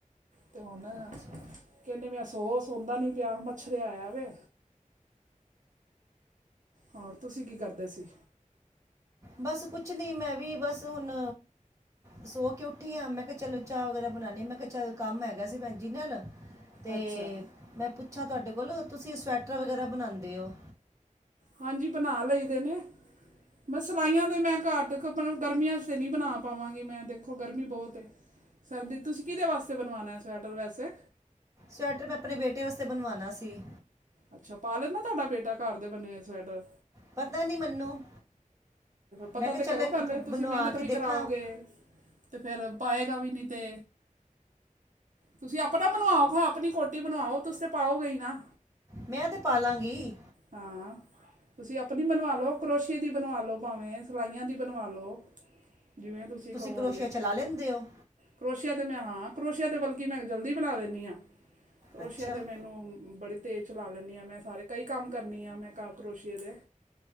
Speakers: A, on the right (about 70°); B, on the right (about 20°).
A: ਤੇ ਹੁਣ
B: ਅੱਛਾ
A: ਕਹਿੰਦੇ ਪਿਆ ਸੋ-ਸੋਨਦਾ ਨਹੀਂ ਪਿਆ ਮੱਛਰਿਆ ਇਆ ਵੇ। ਅੋੋਰ ਤੁਸੀਂ ਕੀ ਕਰਦੇ ਸੀ?
B: ਬਸ ਕੁਚ ਨੀ ਮੈਂ ਵੀ ਬਸ ਹੁਣ ਸੋ ਕੇ ਉੱਠੀ ਆ, ਮੈਂ ਕਿਆ ਚਲੋ ਚਾ ਵਗੈਰਾ ਬਨਾਨੀ ਮੈਂ ਕਿਆ ਚਲ ਕੰਮ ਹੈਗਾ ਸੀ ਭੈਣਜੀ ਨਾਲ ਤੇ
A: ਅੱਛਾ
B: ਮੈਂ ਪੁੱਛਾਂ ਤੁਹਾਡੇ ਕੋਲ ਤੁਸੀਂ ਸਵੈਟਰ ਵਗੈਰਾ ਬਣਾਉਂਦੇ ਉਹ।
A: ਹਾਂਜੀ, ਬਨਾ ਲਈ ਦੇ ਨੇ। ਮੈਂ ਸਿਲਾਈਆਂ ਤੇ ਮੈਂ ਘੱਟ, ਗਰਮੀਆਂ ਚ ਤੇ ਨੀ ਬਣਾ ਪਾਵਾਂਗੀ ਮੈਂ ਦੇਖੋ ਗਰਮੀ ਬਹੁਤ ਏ। ਸਰਦੀ ਤੁਸੀਂ ਕਿਦੇ ਵਾਸਤੇ ਬਣਵਾਨਾ ਸਵੈਟਰ ਵੈਸੇ?
B: ਸਵੈਟਰ, ਮੈਂ ਆਪਣੇ ਬੇਟੇ ਵਾਸਤੇ ਬਣਵਾਣਾ ਸੀ।
A: ਅੱਛਾ, ਪਾਲੈਨਦਾ ਤੁਹਾਡਾ ਬੇਟਾ ਘਰ ਦੇ ਬਣੇ ਹੋਏ ਸਵੈਟਰ।
B: ਪਤਾ ਨਹੀਂ ਮੈਨੂੰ
A: ਪਤਾ
B: ਮੈਂ ਕਿਹਾ
A: ਤੇ
B: ਚਲੋ
A: ਕਰੋ
B: ਇੱਕ
A: ਪਹਿਲੇ,
B: ਬਣਵਾ
A: ਤੁਸੀਂ ਮਿਹਨਤ
B: ਕੇ
A: ਵੀ ਕਰਾਓਗੇ
B: ਦੇਖਾਂ
A: ਤੇ ਫਿਰ ਪਾਏਗਾ ਵੀ ਨਹੀਂ ਤੇ ਤੁਸੀਂ ਆਪਣਾ ਬਣਵਾਓ ਖਾਂ ਆਪਣੀ ਕੋਟੀ ਬਣਾਵਾਓ ਤੁਸੀਂ ਤੇ ਪਾਓਗੇ ਨਾ
B: ਮੈਂ ਤੇ ਪਾਲਾਂਗੀ
A: ਹਾਂ ਤੁਸੀਂ ਆਪਣੀ ਬਣਵਾ ਲਓ ਕਰੋਸ਼ੀਏ ਦੀ ਬਣਵਾ ਲਉ ਭਾਵੇਂ ਸਿਲਾਈਆਂ ਦੀ ਬਣਵਾ ਲਉ। ਜਿਵੇਂ ਤੁਸੀਂ ਕਹੋਗੇ।
B: ਕਰੋਸ਼ੀਆ ਚਲਾ ਲੈਂਦੇ ਹੋ
A: ਕਰੋਸ਼ੀਆ ਤਾਂ ਮੈਂ ਹਾਂ, ਕਰੋਸ਼ੀਆ ਤਾਂ ਬਲਕਿ ਮੈਂ ਜਲਦੀ ਬਣਾ ਦਿੰਦੀ ਹਾਂ। ਕਰੋਸ਼ੀਆ
B: ਅੱਛਾ
A: ਤੇ ਮੈਨੂੰ ਬੜੀ ਤੇਜ਼ ਚਲਾ ਲੈਦੀ ਆ ਮੈਂ ਸਾਰੇ ਕਈ ਕੰਮ ਕਰਨੀ ਆ ਮੈਂ ਘਰ ਕਰੋਸ਼ੀਏ ਦੇ